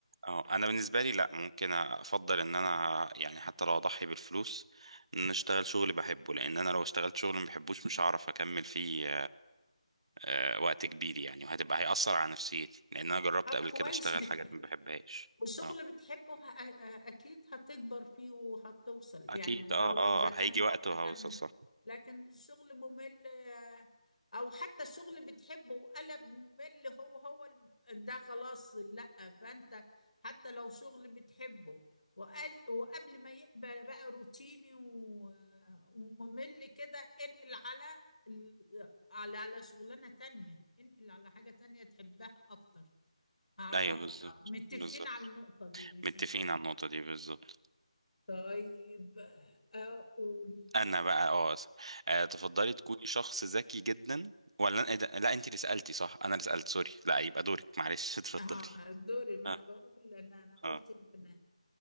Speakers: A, on the right; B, on the left.
A: اه انا بالنسبه لي لا ممكن افضل ان انا يعني حتى لو اضحي بالفلوس ان أنا اشتغل شغل بحبه لان انا لو اشتغلت شغل ما بحبوش مش هعرف اكمل فيه آه، وقت كبير يعني وهتبقى هيأثر على نفسيتي لأن أنا جربت
B: طب
A: قبل
B: كويس
A: كده أشتغل
B: متفقين
A: حاجات ما بحبهاش
B: والشغل
A: اه
B: بتحبه ه- أ- اكيد هتكبر فيه وهتوصل يعني
A: أكيد اه
B: هو
A: اه
B: اذا كان
A: هيجي
B: مؤقتا
A: وقت وهوصل صح
B: لكن الشغل ممل آه، او حتى الشغل بتحبه وقلب ممل هو هو الم- ده خلاص لا فانت حتى لو شغل بتحبه وقال وقبل ما يبقى بقى روتيني و- وممل كده انقل على ال- على على شغلانة تانية انقل على حاجة تانية تحبها اكتر أعتقد
A: أيوه بالظبط
B: آه متفقين
A: بالظبط
B: على النقطة دي مش
A: متفقين
B: مختلفين
A: على النقطة دي بالظبط
B: طيب أقول
A: أنا بقى اه أس- آه، تفضلي تكوني شخص ذكي جدا ولا إيه ده؟ لا أنت اللي سألتي صح أنا اللي سألت سوري لا يبقى دورك معلش <laughs> اتفضلي
B: آه دوري ما
A: اه
B: أنا بقول أنا أنا قلت
A: اه
B: أنا